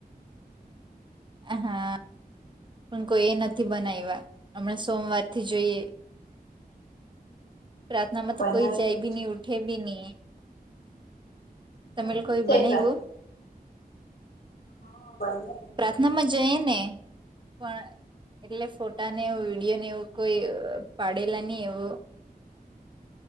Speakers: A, on the right; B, on the left.
A: હા, પણ કોઈએ નથી બનાવ્યા હમણાં. સોમવારથી જોઈએ. પ્રાર્થનામાં
B: હા બનાવી
A: તો કોઈ
B: મૂકજો
A: જાય બી નહી, ઉઠે બી નહી. તમારામાંથી
B: તમે નહી
A: કોઈ
B: જાય
A: બનાવેવું?
B: પ્રાર્થનામાં હા બને.
A: પ્રાર્થનામાં જઈને. પણ એટલે ફોટા ને એવો વીડિયો ને, એવું કોઈ પાડેલા નથી એવું.